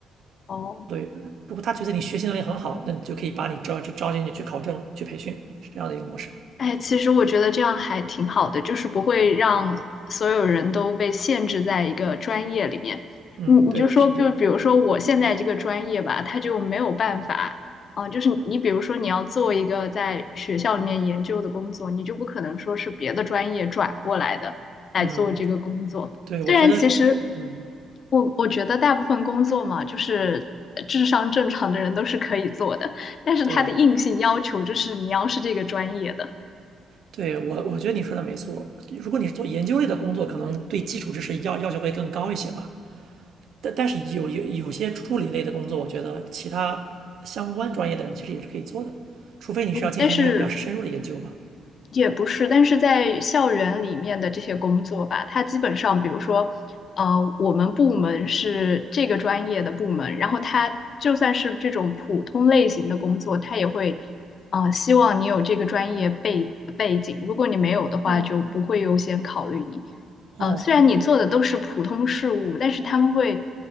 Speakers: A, on the left; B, on the right.
A: 哦，
B: 对，如果他觉得你学习能力很好，那你就可以把你招招进去去考证、去培训，是这样的一个模式。
A: 哎，其实我觉得这样还挺好的，就是不会让所有人都被限制在一个专业里面。
B: 嗯，
A: 你你就说，
B: 对，是这样的。
A: 就比如说我现在这个专业吧，它就没有办法，啊、就是你比如说你要做一个在学校里面研究的工作，你就不可能说是别的专业转过来的来做这个工作。
B: 嗯，对，
A: 虽然其实
B: 我觉得是，嗯，
A: 我我觉得大部分工作嘛，就是呃智商正常的人都是可以做的，但是它的硬性要求就是你要是这个专业的。
B: 对，对我我觉得你说的没错。如果你是做研究类的工作，可能对基础知识要要求会更高一些吧。但但是有有有些助理类的工作，
A: 嗯，
B: 我觉得其他相关专业的人其实也是可以做的，除非你是要进行那些比较深入的研究吧。
A: 但是也不是，但是在校园里面的这些工作吧，它基本上，比如说，呃，我们部门是这个专业的部门，然后它就算是这种普通类型的工作，它也会，呃，希望你有这个专业背背景，如果你没有的话，
B: 哦
A: 就不会优先考虑你。
B: 哦，
A: 呃，
B: 好吧。
A: 虽然你做的都是普通事务，但是他们会。